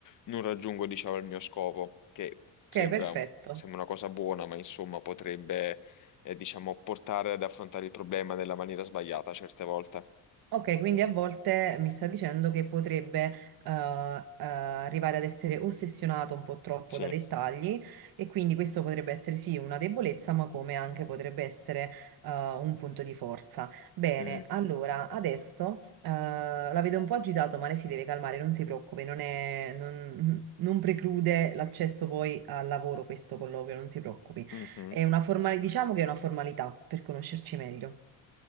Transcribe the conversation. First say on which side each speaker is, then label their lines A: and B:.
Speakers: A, on the left (about 55°); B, on the right (about 70°).
A: non raggiungo, diciamo, il mio scopo, che sembra,
B: Ok, perfetto.
A: un- sembra una cosa buona, ma insomma potrebbe, eh, diciamo, portare ad affrontare il problema nella maniera sbagliata certe volte.
B: Ok, quindi a volte mi sta dicendo che potrebbe eh, eh, arrivare ad essere ossessionato un po' troppo
A: Sì.
B: da dettagli e quindi questo potrebbe essere sì una debolezza, ma come anche potrebbe essere eh, un punto di forza. Bene,
A: Mm.
B: allora adesso eh, la vedo un po' agitato, ma lei si deve calmare, non si preoccupi, non è- non non preclude l'accesso poi al lavoro questo colloquio, non si preoccupi.
A: Mhm.
B: È una formalità, diciamo che è una formalità per conoscerci meglio.